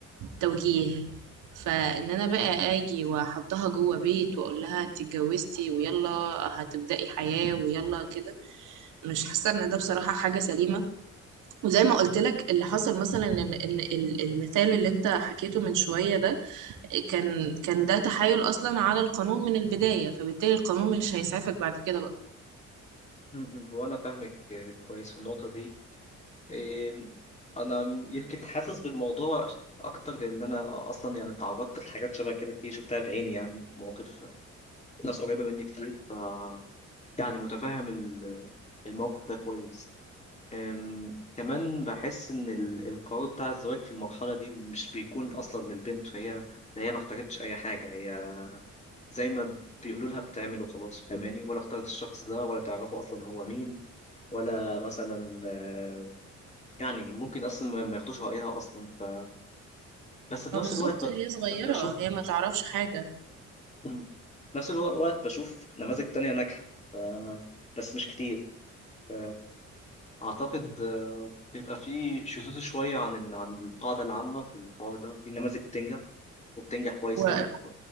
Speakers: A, on the right; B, on the left.
A: توجيه فان انا بقى اجي واحطها جوه بيت واقول لها انت اتجوزتي ويلا هتبدأي حياة ويلا كده مش حاسة ان ده بصراحة حاجة سليمة وزي ما قلت لك اللي حصل مثلا ان إن ال- المثال اللي انت حكيته من شوية ده كان كان ده تحايل اصلا على القانون من البداية فبالتالي القانون مش هيسعفك بعد كده بقى
B: م- م. هو أنا فاهمك كويس في النقطة دي إيه، أنا يمكن حاسس بالموضوع أكتر لأن أنا أصلا يعني تعرضت لحاجات شبه كده كتير شفتها بعيني يعني في مواقف ناس قريبة مني كتير ف يعني متفهم ال- الموقف ده كويس أم، كمان بحس إن ال- القرار بتاع الزواج في المرحلة دي مش بيكون أصلا للبنت فهي هي ما احتاجتش أي حاجة هي زي ما بيقولوا لها بتعمل وخلاص فاهماني ولا اختارت الشخص ده ولا تعرفه اصلا هو مين ولا مثلا آه، يعني ممكن اصلا ما ما ياخدوش رايها اصلا ف... بس في
A: ما
B: نفس
A: بالظبط
B: الوقت
A: هي
B: ب...
A: صغيرة
B: ب- بشوف
A: هي ما تعرفش حاجة
B: م- نفس الوقت بشوف نماذج تانية ناجحة ف... بس مش كتير ف... اعتقد آه، بيبقى فيه شذوذ شوية عن ال... عن القاعدة العامة في الحوار ده في نماذج بتنجح وبتنجح كويس
A: وهقول
B: قوي